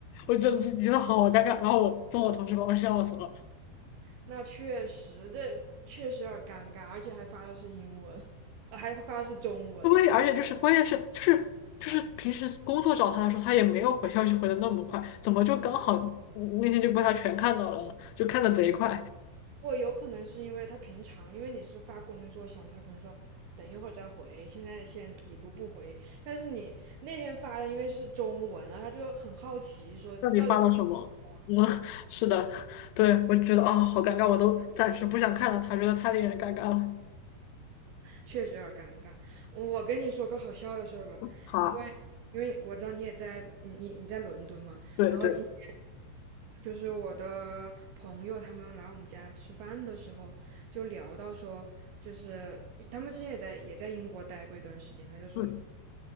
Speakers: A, on the left; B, on the right.
A: 我觉得自己觉得好尴尬，然后我跟我同事把我笑死了。
B: 那确实，这确实有点尴尬，而且还发的是英文，<laughs> 还发的是中文。
A: 对，而且就是关键是就是就是平时工作找他的时候，他也没有回消息回的那么快，怎么就刚好嗯那天就被他全看到了呢就看的贼快，
B: 我有可能是因为他平常，因为你是发工作消息，他可能说等一会儿再回，现在先已读不回。但是你那天发的因为是中文啊，他就很好奇说到底发了什么。
A: 到底发了什么？嗯，<laughs> 是的，<laughs> 对，我就觉得啊、好尴尬，我都暂时不想看到他，觉得太令人尴尬了。
B: 确实有点儿尴尬。我跟你说个好笑的事儿吧，
A: 好啊，
B: 因为因为我知道你也在，你你你在伦敦嘛，
A: 对对，
B: 然后今天就是我的朋友他们来我们家吃饭的时候，就聊到说，就是他们之前也在也在英国待过一段时间，他就说
A: 嗯